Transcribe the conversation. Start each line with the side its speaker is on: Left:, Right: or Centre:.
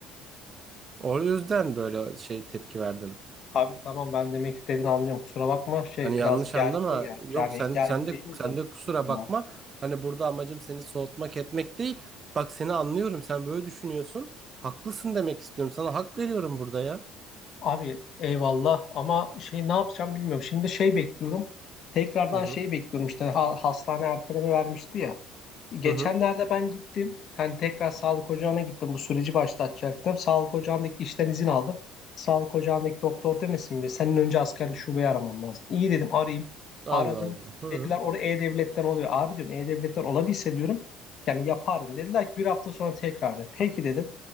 Right: O yüzden böyle şey tepki verdim.
Left: Abi tamam ben demek istediğini anlıyorum kusura bakma şey
Right: Hani
Left: biraz
Right: yanlış
Left: gerginim
Right: anlama.
Left: ya
Right: Yok
Left: yani
Right: sen
Left: gergin
Right: sen de
Left: değilim
Right: sen
Left: de
Right: de kusura
Left: tamam.
Right: bakma. Hani burada amacım seni soğutmak etmek değil. Bak seni anlıyorum. Sen böyle düşünüyorsun. Haklısın demek istiyorum. Sana hak veriyorum burada ya.
Left: Abi eyvallah ama şey ne yapacağım bilmiyorum şimdi şey bekliyorum tekrardan
Right: Hı hı.
Left: şey bekliyorum işte ha- hastane erteleme vermişti ya Geçenlerde
Right: Hı hı.
Left: ben gittim. Hani tekrar sağlık ocağına gittim. Bu süreci başlatacaktım. Sağlık ocağındaki işten izin aldım. Sağlık ocağındaki doktor demesin mi? Senin önce askerlik şubeyi aramam lazım. İyi dedim arayayım.
Right: Allah
Left: Aradım.
Right: Allah. Hı.
Left: Dediler orada E-Devlet'ten oluyor. Abi diyorum E-Devlet'ten olabilse diyorum. Yani yapardım. Dediler ki bir hafta sonra tekrar dedim. Peki dedim.